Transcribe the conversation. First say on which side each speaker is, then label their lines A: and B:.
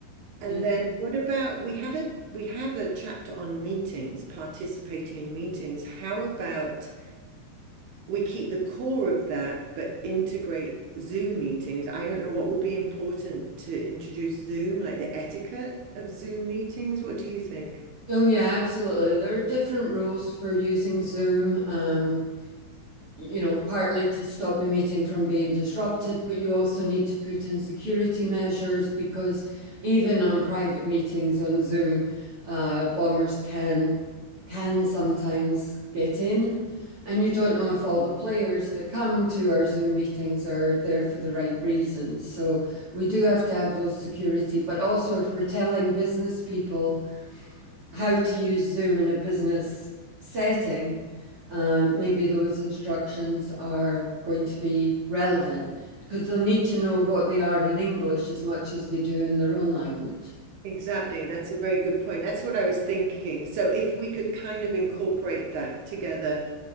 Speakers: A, on the right; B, on the right.
A: And
B: Yeah.
A: then what about we have a we have a chapter on meetings, participating in meetings. How about we keep the core of that, but integrate Zoom meetings? I don't know what would be important to introduce Zoom, like the etiquette of Zoom meetings. What do you think?
B: Oh, yeah, absolutely. There are different rules for using Zoom. Um, you know, partly to stop the meeting from being disrupted, but you also need to put in security measures because even on private meetings on Zoom, uh, bombers can can sometimes get in, and you don't know if all the players that come to our Zoom meetings are there for the right reasons. So we do have to have those security, but also if we're telling business people how to use Zoom in a business setting um, maybe those instructions are going to be relevant because they'll need to know what they are in English as much as they do in their own language.
A: Exactly. That's a very good point. That's what I was thinking. So if we could kind of incorporate that together